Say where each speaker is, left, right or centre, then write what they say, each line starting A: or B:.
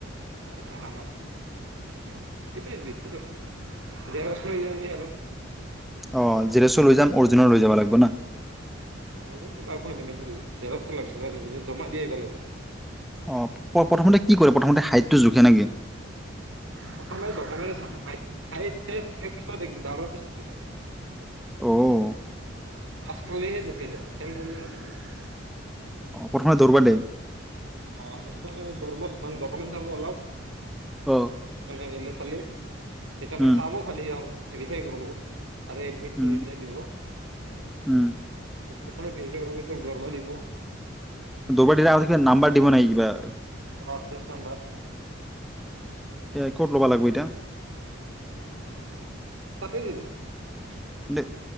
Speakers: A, on the right (about 80°); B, in the centre.
A: এতিয়া <unintelligible> দেৰচ, - আৰু <unintelligible>
B: অহ, জেৰক্স লৈ যাম অৰিজিনেল লৈ যাব লাগব না।
A: অৰিজনেল টো লাগব বলেগ নহলি, জেৰক্স অ ' লাগব জমা দি আহিবা লাগে।
B: অ' প্ৰথমতে কি কৰে প্ৰথমতে হাইটটো জোখে নেকি?
A: প্ৰথমে ডকুমেণ্টছ চাব, হাইট - চাইট সেই দৌৰা পিছত থাকে।
B: অহ,
A: পাচকৰলেহে জুখে দিয়া ফেইল কৰলে নুজুখে। <unintelligible>
B: প্ৰথমে দৌৰব দেই।
A: অ' ফাষ্টতে দৌৰব দেই মানে ডকুমেণ্ট চাব অলপ।
B: অ
A: মানে এইবিলাক, খালী, তেতিয়া
B: উম
A: মানে চাব খালি সি, ভেৰিফাই কৰব। <unintelligible> আৰু এডমিটটো
B: উম
A: যেতিয়া দিব, <unintelligible>
B: উম
A: যেতিয়া চব ভেৰিফাই হব তেতিয়া দৰবা দিব।
B: দৌৰবা দি আগতে কিবা নাম্বাৰ দিব নাই কিবা? <unintelligible>
A: হৰচেছ নাম্বাৰ।
B: এই কত লবা লাগব এতিয়া?
A: পতোই যিব <unintelligible>
B: দ